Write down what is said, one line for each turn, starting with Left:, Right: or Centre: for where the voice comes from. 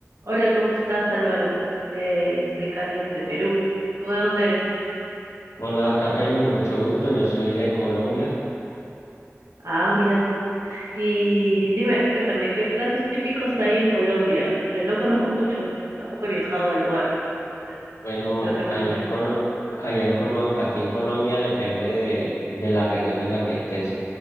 Right: Hola, ¿cómo estás, Álvaro? Eh, soy Katherine de Perú. ¿Tú de dónde eres?
Left: Hola, Katherine, mucho gusto. Yo soy de Colombia.
Right: Ah, mira tú. Y dime, cuéntame, ¿qué platos típicos hay en Colombia? Pero no conozco mucho, tampoco he viajado al lugar, ¿no? Entonces,
Left: Bueno,
Right: quiero que me
Left: allá
Right: comentes.
Left: en Colo- allá en Colo- aquí en Colombia depende de, de la región en la que estés.